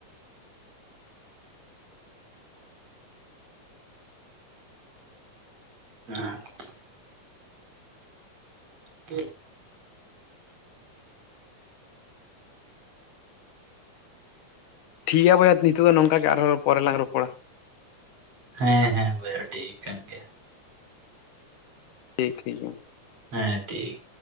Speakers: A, on the right; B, on the left.
A: <unintelligible> <unintelligible>
B: ᱴᱷᱤᱠ ᱜᱮᱭᱟ ᱵᱚᱭᱮᱟ ᱱᱤᱛᱚᱜ ᱫᱚ ᱱᱚᱝᱠᱟ ᱜᱮ ᱟᱨᱦᱚᱸ ᱯᱚᱨᱮᱞᱟᱝ ᱨᱚᱯᱚᱲᱟ
A: ᱦᱮᱸ ᱦᱮᱸ ᱵᱚᱭᱦᱟ ᱴᱷᱤ ᱠᱟᱱ ᱜᱮᱭᱟ
B: ᱴᱷᱤᱠ ᱴᱷᱤᱠ ᱜᱮᱭᱟ
A: ᱦᱮᱸ ᱴᱷᱤᱠ